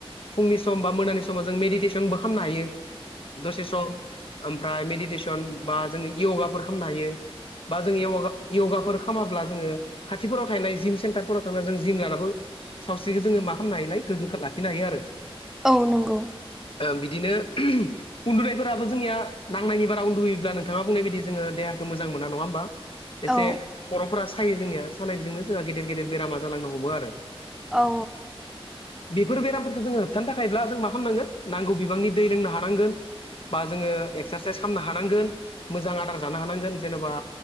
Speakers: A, on the left; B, in the centre.
A: फुंनि सम बा मोनानि समाव जों मेडिटेसनबो खालामनो हायो दसे सम ओमफ्राय मेडिटेसन बा जोङो यगाफोर खालामनो हायो बा जोंङया यगाफोर खालामाब्ला जोङो खााथिफोराव थानायनाय जिम सेन्टारफोराव थांनानै जों जिम लानाबो सावस्रिखौ जोङो मा खालामनो हायोलाय गोग्गोखौ लाखिनो हायो आरो
B: औ नंगौ
A: बिदिनो उन्दुनायफोराबो जोंनिया नांनायनि बारा उन्दुयोब्ला नोंथाङा बुंनाय बायदि जोङो देहाखौ मोजां मोन नङा होमबा एसे
B: औ
A: खर'फोरा सायो जोंनिया सानायजोंनो जोंहा गेदेर गेदेर बेरामा जालांनो हमो आरो ।
B: औ
A: बेफोर बेरामफोरखौ जोङो होबथानो थाखायब्ला जों मा खालामनांगोन नांगौ बिबांनि दै लोंनो हानांगोन । बा जोङो एक्सारसाइस खालामनो हा नांगोन मोजां आदार जानो हानांगोन जेनेबा